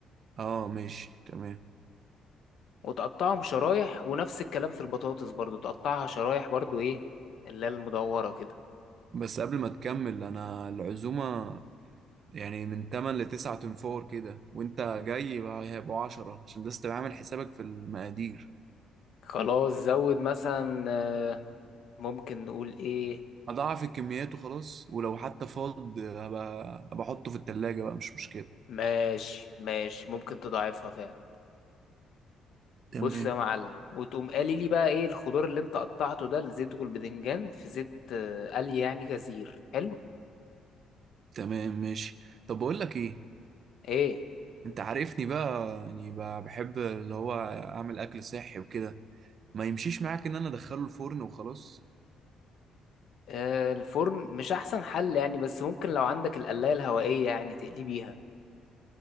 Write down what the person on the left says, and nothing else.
وتقطعهم شرايح ونفس الكلام في البطاطس برضو تقطعها شرايح برضو ايه اللي هي المدورة كده
خلاص زود مثلا آه، ممكن نقول ايه
ماشي ماشي ممكن تضاعفها فعلا بص
يا معلم وتقوم قالي لي بقى ايه الخضار اللي انت قطعته ده الزيت والبذنجان في زيت آه، قلي يعني غزير حلو
ايه
آه الفرن مش احسن حل يعني بس ممكن لو عندك القلاية الهوائية يعني تقلي بيها